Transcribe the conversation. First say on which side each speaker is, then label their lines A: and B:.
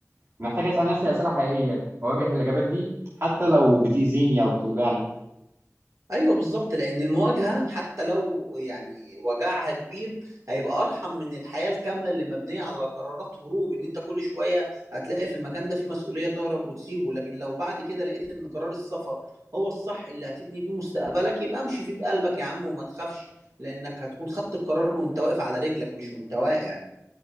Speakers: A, on the right (about 55°); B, on the right (about 75°).
A: محتاج اسال نفسي اسئله حقيقيه واواجه الاجابات دي حتى لو بتاذيني او بتوجعني
B: ايوه بالظبط لان المواجهه حتى لو يعني وجعها كبير هيبقى ارحم من الحياه الكامله اللي مبنيه على قرارات هروب ان انت كل شويه هتلاقي في المكان ده في مسؤوليه تهرب وتسيبه لكن لو بعد كده لقيت ان قرار السفر هو الصح اللي هتبني بيه مستقبلك يبقى امشي فيه بقلبك يا عم وما تخافش لانك هتكون خدت القرار وانت واقف على رجلك مش وانت واقع